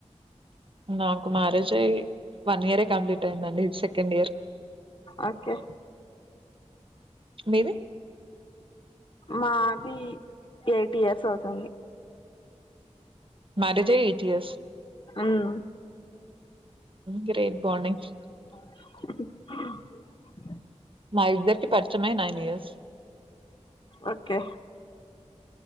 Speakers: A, on the right; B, on the left.
A: నాకు మ్యారేజ్య వన్ ఇయరే కంప్లీట్ అయిందండి సెకండ్ ఇయర్
B: ఓకే
A: మేవ
B: మాది ఎయిట్ ఇయర్స్ అవుతుంది
A: మారి జయి ఏటీఎస్
B: అమ్
A: గ్రేట్ బానింగ్
B: వో
A: మా ఇద్దరికి పరిచమే నైన్ ఇయర్స్
B: ఓకే